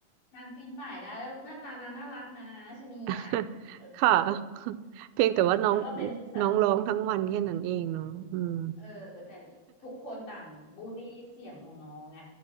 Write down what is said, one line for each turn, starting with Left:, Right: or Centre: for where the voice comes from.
Left: นางปีนป่ายได้แล้วหน้าตานางน่ารักนะชะนีอ่ะเออ
Right: <laughs> ค่ะ <laughs> เพียงแต่ว่าน้อง
Left: แล้วก็เป็นสัตว์
Right: น้องร้องทั้งวันแค่นั้นเองเนาะอืม
Left: เออแต่ทุกคนต่างบูลลี่เสียงของน้องไง